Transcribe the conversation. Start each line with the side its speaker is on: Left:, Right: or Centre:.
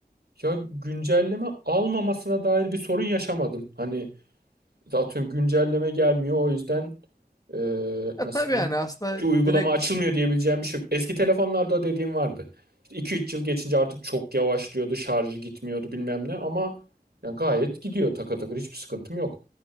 Right: Ya güncelleme almamasına dair bir sorun yaşamadım. Hani atıyorum güncelleme gelmiyor. O yüzden e,
Left: Ya
Right: nasıl
Left: tabii
Right: diyeyim?
Left: yani aslında
Right: Şu uygulama
Left: direkt
Right: açılmıyor diyebileceğim bir şey yok. Eski telefonlarda dediğim vardı. İşte 2-3 yıl geçince artık çok yavaşlıyordu, şarjı gitmiyordu bilmem ne ama ya gayet gidiyor takır takır hiçbir sıkıntım yok.